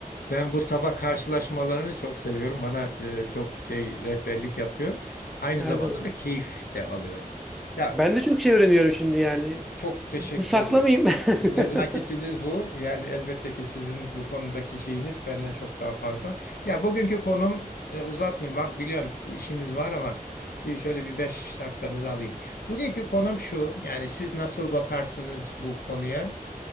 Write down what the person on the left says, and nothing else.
Ben bu sabah karşılaşmalarını çok seviyorum. Bana e, çok şey rehberlik yapıyor. Aynı
zamanda
da keyif de alıyorum. Ya
Çok teşekkür
ediyorum. Bu nezaketiniz
bu. Yani elbette ki sizin bu konudaki şeyiniz benden çok daha fazla. Ya bugünkü konum e, uzatmayayım. Bak biliyorum bir işiniz var ama bir şöyle bir beş dakikanızı alayım. Bugünkü konum şu. Yani siz nasıl bakarsınız bu konuya?